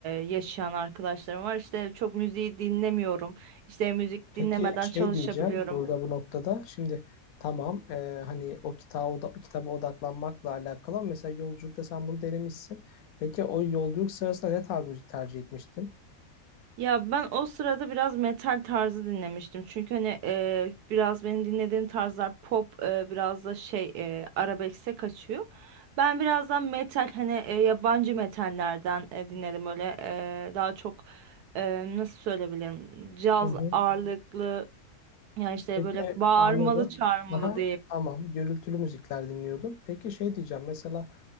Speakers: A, on the right; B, on the left.
A: yaşayan arkadaşlarım var. İşte çok müziği dinlemiyorum. İşte müzik
B: Peki
A: dinlemeden
B: şey
A: çalışabiliyorum.
B: diyeceğim burada bu noktada şimdi tamam e, hani o kitaba, oda, kitaba odaklanmakla alakalı ama mesela yolculukta sen bunu denemişsin. Peki o yolculuk sırasında ne tarz müzik tercih etmiştin?
A: Ya ben o sırada biraz metal tarzı dinlemiştim. Çünkü hani e, biraz benim dinlediğim tarzlar pop e, biraz da şey e, arabeskse kaçıyor. Ben birazdan metal hani e, yabancı metallerden e, dinledim. Öyle e, daha çok e, nasıl söyleyebilirim caz
B: Hı hı.
A: ağırlıklı yani işte
B: Peki
A: böyle bağırmalı
B: anladım.
A: çağırmalı
B: Aha, tamam gürültülü müzikler dinliyordun. Peki şey diyeceğim mesela